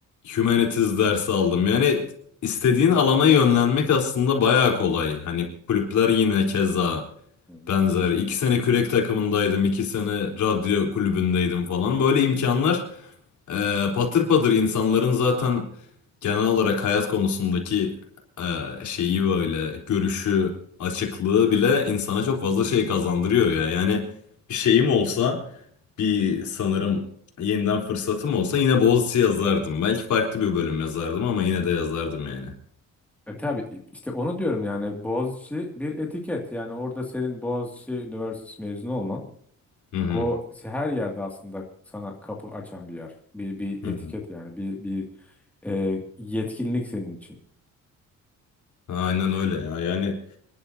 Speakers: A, on the left (about 70°); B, in the centre.
A: Humanities dersi aldım. Yani istediğin alana yönlenmek aslında bayağı kolay. Hani kulüpler yine keza
B: hı hı.
A: benzer. İki sene kürek takımındaydım, iki sene radyo kulübündeydim falan. Böyle imkanlar ee, patır patır insanların zaten genel olarak hayat konusundaki e, şeyi böyle görüşü, açıklığı bile insana çok fazla şey kazandırıyor ya. Yani bir şeyim olsa bir sanırım yeniden fırsatım olsa yine Boğaziçi yazardım. Belki farklı bir bölüm yazardım ama yine de yazardım yani.
B: E tabii işte onu diyorum yani Boğaziçi bir etiket. Yani orada senin Boğaziçi Üniversitesi mezunu olman
A: Hı hı.
B: o her yerde aslında sana kapı açan bir yer. Bir, bir etiket
A: Hı hı.
B: yani bir, bir e, yetkinlik senin için.
A: Aynen öyle ya. Yani